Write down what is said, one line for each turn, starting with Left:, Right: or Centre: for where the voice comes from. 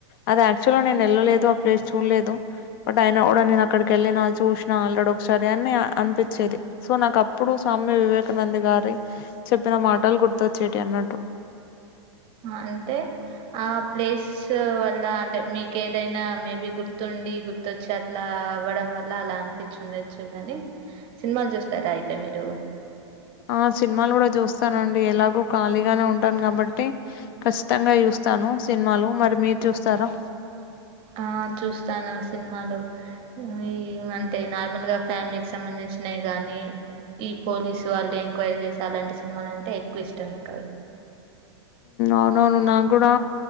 Left: అది యాక్చువల్గా నేను తెళ్లలేదు ఆ ప్లేస్ చూడలేదు బట్ అయిన కూడా నేను అక్కడికి వెళ్ళిన చూసినా ఆలడ ఒకసారి అని అనిపించేది సో నాకు అప్పుడు స్వామి వివేకానంద గారి చెప్పిన మాటలు గుర్తొచ్చేటి అన్నట్టు
Right: అంటే ఆ ప్లేస్ వల్ల అంటే మీకు ఏదైనా మేబి గుర్ గుతుండి గుర్తొచ్చి అట్లా అవ్వడం వల్ల అలా అనిపించిండచ్చు కానీ సినిమాలు చూస్తారా అయితే మీరు
Left: ఆ సినిమాలు కూడా చూస్తానండి ఎలాగూ ఖాళీగానే ఉంటాను కాబట్టి ఖచ్చితంగా చూ స్తాను సినిమాలు మరి మీరు చూస్తారా
Right: ఆ చూస్తాను సినిమాలు ఈ అంటే నార్మల్ గా ఫ్యామిలీకి సంబంధించి వచ్చినాయి కానీ ఈ పోలీసు వాళ్ళు ఎంక్వైరీ చేసిే అలాంటి సినిమాలుంటే ఎక్కువ ఇష్టం నా కా
Left: అవునవును నా కూడా